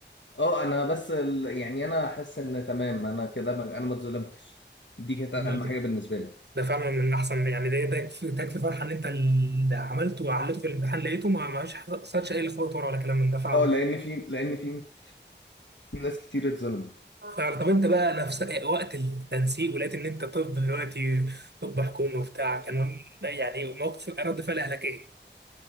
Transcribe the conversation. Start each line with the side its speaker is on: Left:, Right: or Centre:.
Left: اه انا بس ال... يعني انا حاسس ان تمام انا كده ما... انا ما اتظلمتش دي كانت اهم
Right: كملت.
Left: حاجه بالنسبه لي
Right: ده فعلا من احسن يعني ده ده يكفي ده يكفي فرحه ان انت اللي عملته وعلته في الامتحان لقيته ما ما فيش حصلش اي لخبطه ورا ولا كلام من ده فعلا
Left: اه لان في لان في ناس كتير اتظلمت
Right: فعلا طب انت بقى نفس وقت التنسيق ولقيت ان انت طب دلوقتي طب حكومه وبتاع كان يعني موقف رد فعل اهلك ايه؟